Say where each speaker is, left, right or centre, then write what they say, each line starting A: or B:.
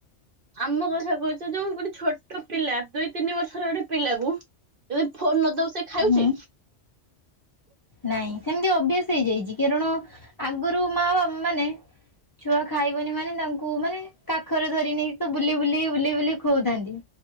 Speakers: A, on the right; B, on the left.
A: ଆମ କଥା କଉଚ ଯୋଉ ଗୋଟେ ଛୋଟ ପିଲା ଦୁଇ ତିନି ବର୍ଷର ଗୋଟେ ପିଲାକୁ ଯଦି ଫୋନ୍ ନଦବୁ ସେ ଖାଉଚି?
B: ହୁଁ ନାଇଁ ସେମିତି ଅଭ୍ୟାସ ହେଇଯାଇଚି କାରଣ ଆଗୁରୁ ମା ବା ମାନେ ଛୁଆ ଖାଇବନି ମାନେ ତା କୁ ମାନେ କାଖରେ ଧରି ନେଇି ତ ବୁଲେଇ ବୁଲେଇ ବୁଲେଇ ବୁଲେଇ ଖୁଆଉଥାନ୍ତି।